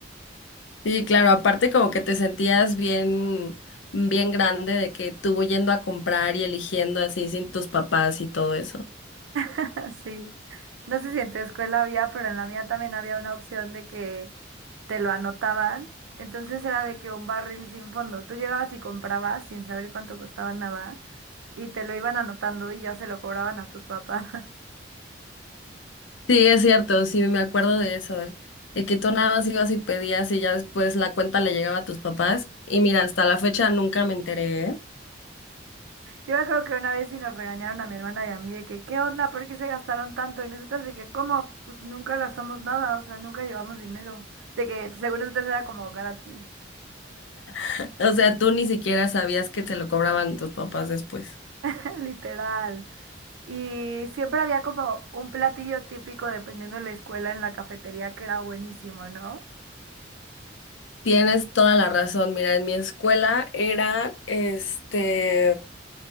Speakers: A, on the left; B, on the right.
A: Sí, claro, aparte como que te sentías bien, bien grande de que tú yendo a comprar y eligiendo así sin tus papás y todo eso.
B: <laughs> Sí. No sé si en tu escuela había, pero en la mía también había una opción de que te lo anotaban. Entonces era de que un barril sin fondo. Tú llegabas y comprabas sin saber cuánto costaba nada y te lo iban anotando y ya se lo cobraban a tus papás. <laughs>
A: Sí, es cierto, sí, me acuerdo de eso, eh, de que tú nada más ibas y pedías y ya después la cuenta le llegaba a tus papás. Y mira, hasta la fecha nunca me enteré, ¿eh?
B: Yo me acuerdo que una vez sí nos regañaron a mi hermana y a mí de que, ¿qué onda? ¿Por qué se gastaron tanto? Y nosotros de que, ¿cómo? Pues nunca gastamos nada, o sea, nunca llevamos dinero. De que según nosotros era como gratis,
A: <laughs> O sea, tú ni siquiera sabías que te lo cobraban tus papás después.
B: <laughs> literal. Y siempre había como un platillo típico dependiendo de la escuela en la cafetería que era buenísimo, ¿no?
A: Tienes toda la razón. Mira, en mi escuela eran, este,